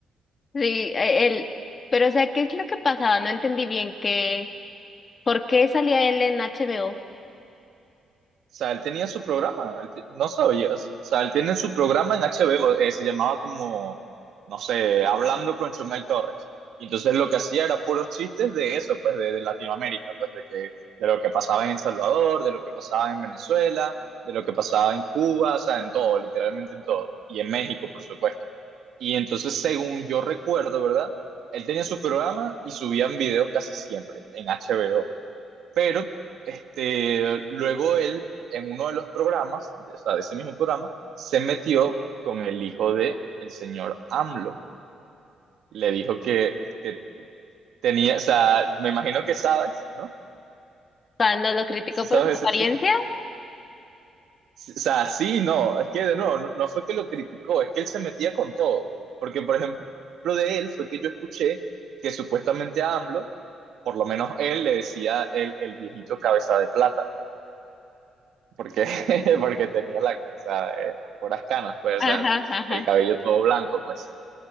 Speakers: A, on the left; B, on the right.
A: Sí, eh, él, pero o sea, ¿qué es lo que pasaba? No entendí bien que, ¿por qué salía él en HBO?
B: O sea, él tenía su programa, él te- no sabías. O sea, él tiene su programa en HBO, eh, se llamaba como, no sé, Hablando con Chumel Torres. Y entonces lo que hacía era puros chistes de eso, pues de, de Latinoamérica, pues de que, de lo que pasaba en El Salvador, de lo que pasaba en Venezuela, de lo que pasaba en Cuba, o sea, en todo, literalmente en todo. Y en México, por supuesto. Y entonces, según yo recuerdo, ¿verdad? Él tenía su programa y subían videos casi siempre en HBO. Pero este, luego él, en uno de los programas, o sea, de ese mismo programa, se metió con el hijo de el señor AMLO. Le dijo que, que tenía, o sea, me imagino que sabes, ¿no?
A: Cuando lo criticó
B: Si
A: por
B: sabes
A: su apariencia.
B: ese chisme. Sí, O sea, sí, no, es que de nuevo, no, no fue que lo criticó, es que él se metía con todo. Porque, por ejemplo, de él fue que yo escuché que supuestamente a AMLO, por lo menos él le decía el, el viejito cabeza de plata. porque, <laughs> porque tenía la, o sea, eh, puras canas, pues,
A: Ajá,
B: o sea, el,
A: ajá.
B: el cabello todo blanco, pues.